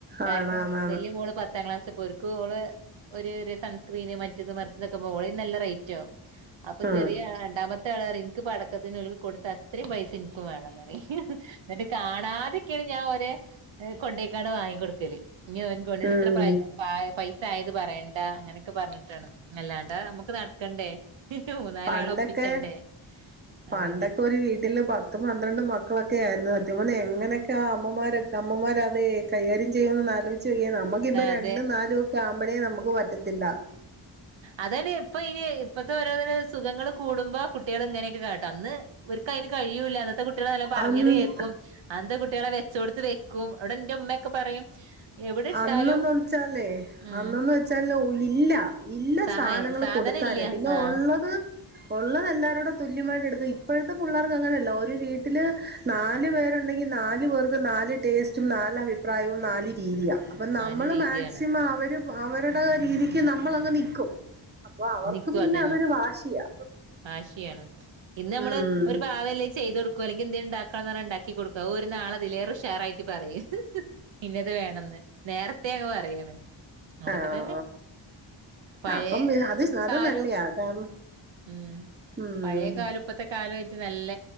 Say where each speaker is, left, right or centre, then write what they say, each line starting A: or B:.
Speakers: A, on the right; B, on the right.
A: കാരണം
B: ആണാന്നാണ്
A: വലിയ മോള് പ പത്താം ക്ലാസ്സിൽ പോർക്ക് ഓള് ഒരു സൺസ്ക്രീന് മറ്റത് മറച്ചതൊക്കെ്പോ ഓ നല്ലറേറ്റ് ആകും അപ്പൊ
B: ഉം
A: ചെറിയ രണ്ടാമത്തെ ആൾുകാർ എനിക്ക് പടക്കത്തിനന് കൊടുത്ത അത്രയും പൈസ എനിക്കും വേണം എന്നിട്ട് കാണാതൊക്കെയാണ് ഞാൻ ഒരേ കൊണ്ടേക്കാണ് വാങ്ങിിക്കൊടുത്തല് ഇനിക്ക്ോണട്
B: ഉം
A: ഇത്ര പ്രായ പൈസ ആയത് പറയേണ്ട അങ്ങനെ െ പറഞ്ഞിട്ടാണ് അല്ലാണ്ടാ നമുക്ക് നടക്കണ്ടേ മൂന്നാല
B: പണ്ടൊക്കെ
A: ആളെ ഒപ്പിച്ചണ്ടേ
B: പണ്ടൊക്കെ
A: അതന്നെ
B: ഒരു വീട്ടില് പത്തും പന്ത്രണ്ടും മക്കളൊക്കെ ആയിരുന്നു അ െ എങ്ങനെയൊക്കെ ആ അമ്മമാരെ അമ്മമാർ അത കൈകാര്യം ചെയ്യുമന്ന് ആലോചിച്ച നമുക്കിപ്പ
A: അതെ
B: രണ്ടും നാലും ഒക്കെ ആവുമ്പോഴേ നമുക്ക് പറ്റത്തില്ല
A: അതെ ഇപ്പൊ ഇനി ഇപ്പത്തെ ഓരോ സുഖങ്ങൾ കൂടുമ്പോ കുട്ടികൾ ഇങ്ങനെയൊക്കെ കാട്ടും അന്ന് ഒക്ക് അതിന് കഴിയൂല്ല അന്നത്തെ കുട്ടികളെ നല്ല പറഞ്ഞത്
B: അന്ന്
A: കേൾക്കും അന്നത്തെ കുട്ടികളെ വെച്ച കൊടുത്ത് വെക്കും ഇവിടെ എന്റെ ഉമ്മയൊക്കെ പറയും എവിടെ ഇട്ടാലും
B: അന്നന്ന വെച്ചാലേ
A: ഉം
B: അന്നന്ന് വെച്ചാൽ ഇല്ല ഇല്ല
A: സാ
B: സാധനങ്ങള്ൾ
A: സാധനം
B: കൊടുക്കാന്
A: ഇല്ല
B: പിന്നെ
A: ആഹ്
B: ഉള്ളത് ഉള്ളത് എല്ലാരൂടെ തുല്യമായിട്ട് എടുക്ക ഇപ്പോഴത്തെ പിള്ളേർക്ക് അങ്ങനെയല്ല ഒരു വീട്ടില് നാലു
A: ആഹ്
B: പേരുണ്ടെങ്കിൽ നാല് പേർക്ക് നാല് ടേസ്റ്റും നാല അഭിപ്രായവും നാല് രീതിയ അപ്പൊ നമ്മള്
A: ആന്റെ രീതിയാണ്
B: മാക്സിമം അവര് അവരുടെ രീതിക്ക് നമ്മൾ അങ്ങ് നിക്കും അപ്പൊ അവർക്ക്
A: നിക്കും
B: പിന്നെ
A: അതന്നെ
B: അതൊരു വാശിയാ
A: വാശിയാണ് ഇന്ന് നമ്മള്
B: ഉം
A: ഒരു പാവല്ലേ ചെയ്ത് കൊടുക്ക കുല്ലെങ്ക <unintelligible> എന്ത് ഉണ്ടാക്ക പറെ ഉണ്ടാക്കി കൊടുക്ക ഒരുനാൾ അതിലേ ഉഷാറായി പറയു ഇന്നത് വേണെന്ന് നേരത്തെ അങ്ങ് പറയാണ് അതൊക്കെ
B: ആണോ
A: തന്നെ പഴയ
B: ആ അപ്പം അത് അത്
A: കാലും
B: നല്ലയാ കാരണം
A: ഉം
B: ഉം
A: പഴയ കാലം ഇപ്പത്തെ കാലമായിട്ട് നല്ല